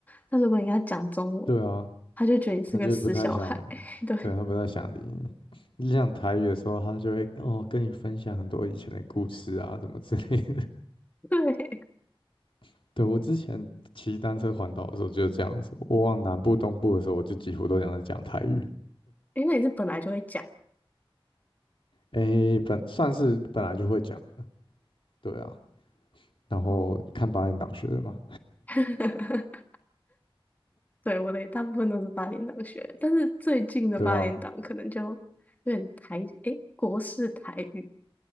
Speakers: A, on the left; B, on the left.
A: 但如果你跟他讲中文，
B: 对啊，
A: 他就觉得你是个死小孩。
B: 他就不太想，
A: <laughs> 对
B: 对，他不太想理你。你讲台语的时候，他就会哦跟你分享很多以前的故事啊，什么之类的。
A: 对，
B: <laughs> 对，我之前骑单车环岛的时候就是这样子，我往南部、东部的时候，我就几乎都讲是讲台语。
A: 诶，那你是本来就会讲，
B: 诶，本算是本来就会讲了对啊。然后看八点党学的嘛，
A: 嗯。<laughs> 对，我的大部分都是八点档学的，但是最近的八点档可能就
B: 对啊。
A: 有点台，诶，国式台语，